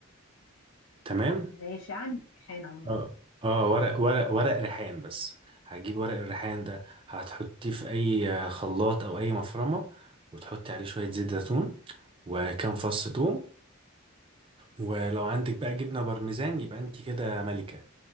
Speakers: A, on the right; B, on the left.
A: تمام
B: ماشي عندي امتحان عموما
A: اه اه ورق ورق ورق ريحان بس هتجيب ورق الريحان ده هتحطيه في اي آه، خلاط او اي مفرمه وتحطي عليه شويه زيت زيتون وكام فص ثوم ولو عندك بقى جبنه بارميزان يبقى انت كده ملكه